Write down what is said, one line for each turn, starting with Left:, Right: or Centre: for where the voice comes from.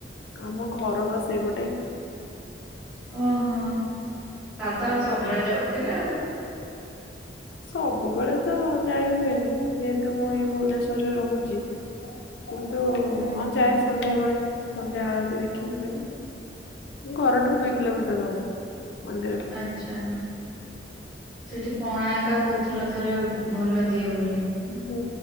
Left: ଆମ ଘର ପା ସେଇପଟେ।
Centre: ଓହୋ ତାହେଲେ ତ ଆଉ
Left: ତାଙ୍କ
Centre: ସବୁବେଳେ ଯାଉଥିବେ ଆଉ।
Left: ସବୁବେଳେ ତ ଯାଇ ହୁଏନି। ଯେହେତୁ ମୁଁ ଏଇ ଭୁବନେଶ୍ଵରରେ ରହୁଚି। କିନ୍ତୁ
Centre: ହୁଁ
Left: ହଁ ଯାଏ ସନ୍ଧ୍ୟାବେଳେ ସନ୍ଧ୍ୟା ଆଳତି ଦେଖିବା ପାଇଁ। ଘରଠାରୁ ଦୁଇ କିଲୋମିଟର ହବ ମନ୍ଦିର।
Centre: ଆଛା ସେଠି ପଣା ଏକା କୋହୁଥିଲ ଥରେ ଭଲ ଦିଏ ବୋଲି।
Left: ହୁଁ